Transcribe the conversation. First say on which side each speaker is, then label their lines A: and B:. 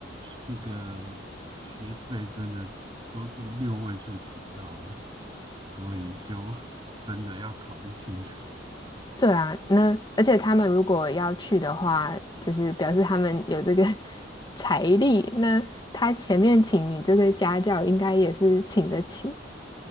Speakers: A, on the right (about 25°); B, on the left (about 20°).
A: 这个学费真的都是六位数起跳的，<laughs> 所以就真的要考虑清楚。
B: 对啊，那而且他们如果要去的话，就是表示他们有这个 <laughs> 财力，那他前面请你这个家教，应该也是请得起。